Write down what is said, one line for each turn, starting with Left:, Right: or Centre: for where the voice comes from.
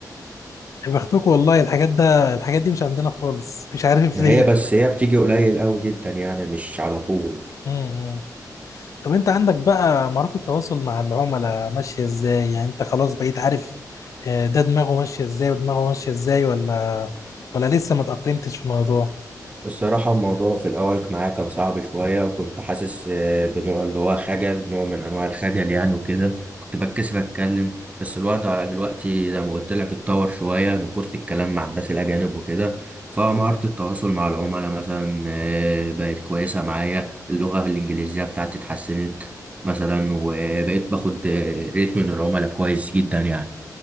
Left: يا بختكم والله الحاجات ده الحاجات دي مش عندنا خالص مش عارف
Right: ما
Left: ليه
Right: هي بس هي بتيجي قليل أوي جدا يعني مش على طول
Left: <laughs> طب انت عندك بقى مهارات التواصل مع العملاء ماشية ازاي يعني انت خلاص بقيت عارف آه، ده دماغه ماشية ازاي ودماغه ماشية ازاي ولا ولا لسه ما تأقلمتش في الموضوع
Right: الصراحة الموضوع في الأول معايا كان صعب شوية وكنت حاسس آه، بنوع اللي هو خجل نوع من أنواع الخجل يعني وكده كنت بتكسف أتكلم بس الوقت على دلوقتي زي ما قلت لك اتطور شوية من كتر الكلام مع الناس الأجانب وكده فمهارة التواصل مع العملاء مثلا آه، بقت كويسة معايا اللغة الإنجليزية بتاعتي اتحسنت مثلا وبقيت باخد آه، ريت من العملاء كويس جدا يعني